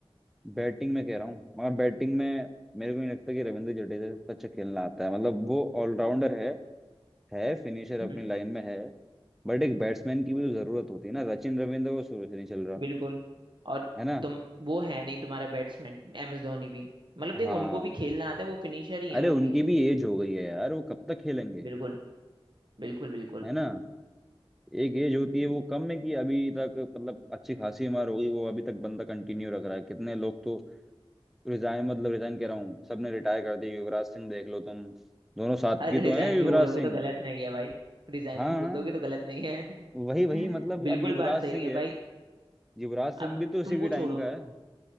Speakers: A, in the centre; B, on the right.
A: बैटिंग में कह रहा हूँ मगर बैटिंग में मेरे को नहीं लगता कि रविंद्र जडेजा से इतना अच्छा खेलना आता है मतलब वो ऑलराउंडर है है फिनिशर अपनी
B: हम्म
A: लाइन में है बट एक बैट्समैन की भी तो जरूरत होती है ना सचिन रविंद्र वो शुरू से नहीं चल रहा
B: बिल्कुल और
A: है ना
B: तुम वो है नहीं तुम्हारा बैट्समैन एम एस धोनी भी मतलब देखो
A: हाँ
B: उनको भी खेलना आता है वो फिनिशर ही है
A: अरे उनकी
B: वो भी
A: भी एज हो गई है यार वो कब तक खेलेंगे
B: बिल्कुल बिल्कुल बिल्कुल
A: है ना एक एज होती है वो कम है कि अभी तक मतलब अच्छी खासी उम्र हो गई वो अभी तक बंदा कंटिन्यू रख रहा है कितने लोग तो रिजाइन मतलब रिजाइन कह रहा हूँ सबने रिटायर कर दिया युवराज सिंह देख लो तुम दोनों साथ
B: अरे
A: की
B: रिजाइन
A: तो हैं युवराज
B: भी बोलोगे
A: सिंह
B: तो गलत नहीं है भाई रिजाइन
A: हाँ
B: भी बोल
A: हाँ।
B: दोगे तो गलत नहीं है
A: वही वही
B: <laughs>
A: मतलब
B: बिल्कुल
A: अब युवराज
B: बात सही
A: सिंह
B: है
A: है
B: भाई
A: युवराज सिंह
B: अब
A: भी तो उसी
B: तुम
A: के
B: वो
A: टाइम
B: छोड़ो
A: का है